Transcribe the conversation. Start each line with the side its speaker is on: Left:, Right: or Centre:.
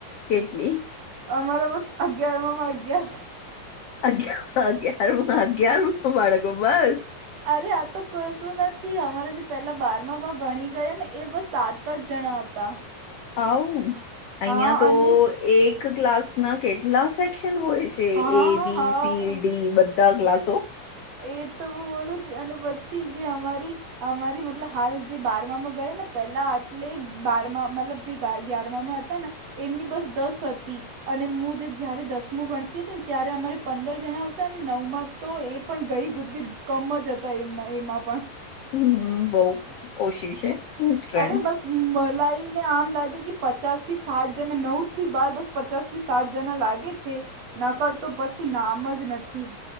Left: કેટલી.
Right: અમારે બસ અગિયારમાં અગિયાર.
Left: અગારમાં અગયારમાં બાળકો બસ.
Right: અરે આ તો કોઈ શું નથી અમારે જે પેલા બારમા બાર ભણી ગયા ને એ બસ સાત. જણા હતા.
Left: આવ અહિયાં
Right: હા
Left: તો
Right: અને
Left: એક ક્લાસ ના કેટલા સેક્શન હોય છે.
Right: હા
Left: જે એ બી
Right: હા
Left: સીડી બધા ગ્લાસો.
Right: એ તો હું બોલું જ અને પછી જે અમારી. અમારી મતલબ હાલ જે બારમામાં ગયા ને પેલા એટલે બારમા મતલબ જે. ગયાર માં હતા ને એમની બસ દસ હતી. અને હું જે જયારે દસમું ભણતી હતી ને ત્યારે અમારે પંદર જણા હતા અને નવમાં તો એ. પણ ગઈ ગુજરી કમ જ હતા એમના એમાં પણ.
Left: હમ બઉ ઓછી છે. સ્ટ્રેન્થ
Right: અરે બસ મલાઈને આમ લાગે કે પચાસ થી સાઠ જને નવ થી બાર બસ. પચાસ થી સાઠ જણા લાગે છે નકળતો પછી નામ જ નથી.